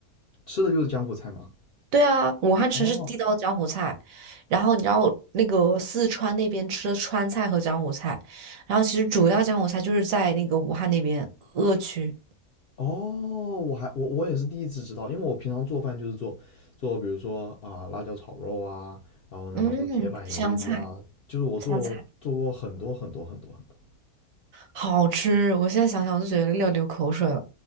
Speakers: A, on the left; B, on the right.
A: 吃的就是江湖菜嘛。
B: 对啊，武汉吃是地道江湖菜，
A: 哦。
B: 然后你知道那个四川那边吃的川菜和江湖菜，然后其实主要江湖菜就是在那个武汉那边鄂区，
A: 哦，我还我我也是第一次知道，因为我平常做饭就是做做，比如说啊辣椒炒肉啊，然后呢有时候铁板鱿鱼啊，
B: 嗯，湘菜，
A: 就是我做做过很多很多很多很多。
B: 湘菜好吃，我现在想想我都觉得要流口水了。